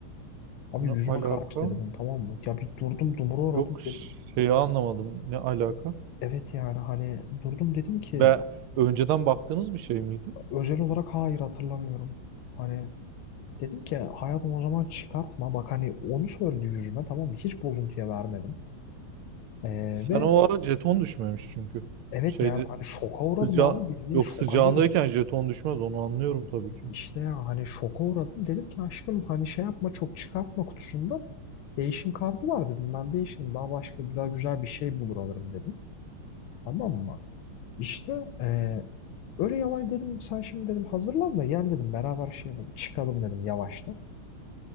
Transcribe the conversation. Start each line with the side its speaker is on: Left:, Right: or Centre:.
Left: Abi
Right: Ne
Left: yüzüme
Right: alaka?
Left: karşı dedi bunu tamam mı? Ya bir durdum dumura uğradım
Right: Yok şeyi
Left: dedim.
Right: anlamadım. Ne alaka?
Left: Evet yani hani durdum dedim ki
Right: Be önceden baktığınız bir şey miydi?
Left: özel olarak hayır hatırlamıyorum. Hani dedim ki hayatım o zaman çıkartma. Bak hani onu söyledi yüzüme tamam mı? Hiç bozuntuya vermedim. E,
Right: Sen
Left: ve
Right: o ara jeton düşmemiş çünkü.
Left: evet
Right: Şeyde
Left: yani hani şoka uğradım
Right: sıca
Left: abi bildiğin
Right: yok
Left: şoka
Right: sıcağındayken
Left: girdim.
Right: jeton düşmez onu anlıyorum tabii ki.
Left: İşte ya hani şoka uğradım. Dedim ki aşkım hani şey yapma çok çıkartma kutusundan. Değişim kartı var dedim. Ben değişim daha başka daha güzel bir şey bulur alırım dedim. Tamam mı? İşte eee, öyle yavaş dedim. Sen şimdi dedim hazırlan da gel dedim. Beraber şey yapalım. Çıkalım dedim yavaştan.